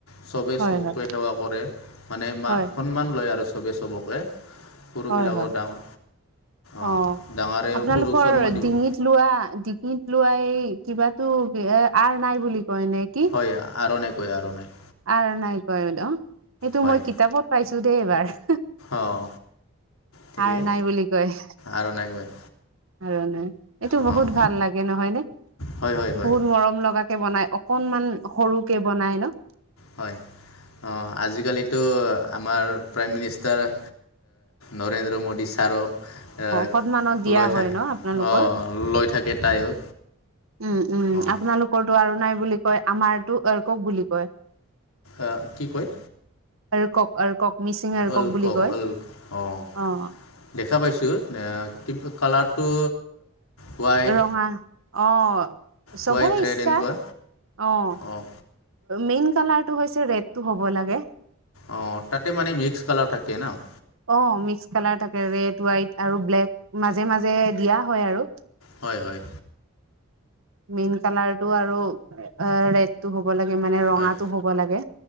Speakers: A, on the left; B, on the right.
A: চবেই
B: হয়
A: চবকে
B: হয়
A: সেৱা কৰে, মানে
B: হয়
A: সন্মান লয় আৰু চবেই চবকে। সৰুবিলাকৰ
B: হয় হয়
A: ডাঙ
B: অ
A: অঁ ডাঙৰে-সৰুক
B: আপোনালোকৰ
A: সন্মান দিব।
B: ডিঙিত লোৱা, ডিকিত লোৱা এই কিবাতো এ আৰ নাই বুলি কয় নে কি?
A: হয়, আৰোনাই ক আৰোনাই।
B: আৰোনাই কয় দ সেইটো
A: হয়
B: মই কিতাপত পাইছো দেই এইবাৰ।
A: অঁ। ঠিকে
B: আৰোনাই বুলি কয়।
A: আৰণাই কয়
B: আৰোনাই! এইটো
A: অঁ
B: বহুত ভাল লাগে নহয় নে?
A: হয় হয় হয়
B: বহুত মৰম লগাকে বনায় অকনমান সৰুকে বনাই ন?
A: হয়, অ' আজিকালিটো অঁ আমাৰ প্ৰাইম মিনিষ্টাৰ অ', নৰেন্দ্ৰ মোডী ছাৰো অ',
B: সন্মানত দিয়া
A: লৈ
B: হয়
A: থাকে,
B: ন আপোনালোকৰ
A: অ'। লৈ থাকে তাইও।
B: উম, উম,
A: অঁ
B: আপোনালোকৰটো আৰোনাই বুলি কয়, আমাৰটো অৰকক বুলি কয়।
A: অ', কি কয়?
B: অৰকক, অৰকক, মিচিং অৰকক
A: ৱৰ্ল্ডকপ
B: বুলি কয়,
A: ৱৰ্ল্ড অঁ
B: অ'।
A: দেখা পাইছোঁ, আহ, কিন্তু কালাৰটো হোৱাইট
B: ৰঙা, আহ, চবৰে
A: হোৱাইট ৰেড
B: ইচ্ছা।
A: এনেকুৱা
B: অ',
A: অঁ
B: মেইন কালাৰটো হৈছে, ৰেডটো হ'ব লাগে।
A: অ', তাতে মানে মিক্স কালাৰ থাকে ন'?
B: অ', মিক্স কালাৰ থাকে, ৰেড, হোৱাইট আৰু ব্লেক, মাজে-মাজে দিয়া হয় আৰু।
A: হয়, হয়।
B: মেইন কালাৰ টো আৰু, আহ, ৰেড টো হ'ব লাগে, মানে ৰঙাটো
A: হয়,
B: হ'ব লাগে।